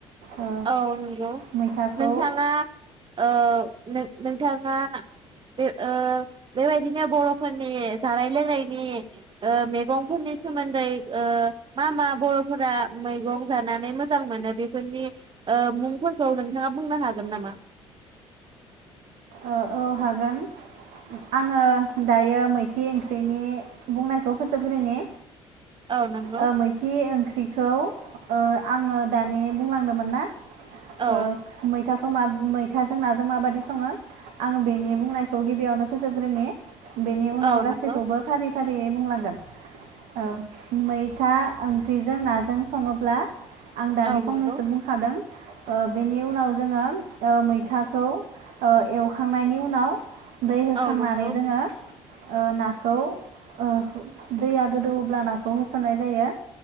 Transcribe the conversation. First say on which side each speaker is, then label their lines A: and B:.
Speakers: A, on the right; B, on the right.
A: ओ
B: औ नंगौ
A: मैथाखौ
B: नोंथाङा ओ नोंथाङा बे ओ बेबायदिनो बरफोरनि जानाय लोंनायनि ओ मेगंफोरनि सोमोन्दै ओ मा मा बरफोरा मैगं जानानै मोजां मोनो बेफोरनि ओ मुंफोरखौ नोंथाङा बुंनो हागोन नामा?
A: औ हागोन आङो दायो मैखि ओंख्रिनि बुंनायखौ फोजोबग्रोनि
B: औ नंगौ
A: ओ मैखि ओंख्रि औ ओ आङो दानि बुंलांदोमोन ना
B: औ
A: ओ मैथा मा मैथाजों नाजों माबायदि सङो आङो बेनि बुंनायखौ गिबियावनो फोजोबग्रोनि बेनि उनाव
B: औ नंगौ
A: गासैखौबो फारि फारियै बुंलांगोन औ मैथा ओंख्रिजों नाजों सङोब्ला आं दानि
B: औ
A: फंनैसो
B: नंगौ
A: बुंखादों ओ बेनि उनाव जोङो ओ मैथाखौ ओ एवखांनायनि उनाव दै होखांनानै
B: औ नंगौ
A: जोङो
B: नोंथां
A: ओ ना खौ ओ दैया गोदौब्ला नाखौ होसननाय जायो